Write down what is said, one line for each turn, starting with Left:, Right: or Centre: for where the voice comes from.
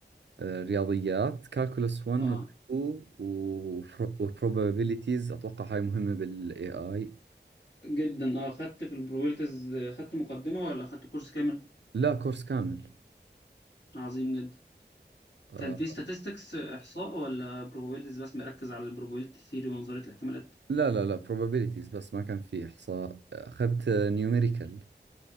Right: آه رياضيات كالكولس 1
Left: اه
Right: و 2 وفرو- وبروبابيليتيز اتوقع هاي مهمة بالاي اي
Left: جدا اه خدت في البرويلتز خدت مقدمة ولا خدت كورس كامل
Right: لا كورس كامل
Left: عظيم جدا
Right: آه
Left: كان في statistics آه، إحصاء ولا probabilities بس مركز على البروبابيلتي ثيري ونظرية الاحتمالات
Right: لا لا لا probabilities بس ما كان في إحصاء أخذت نيوميريكال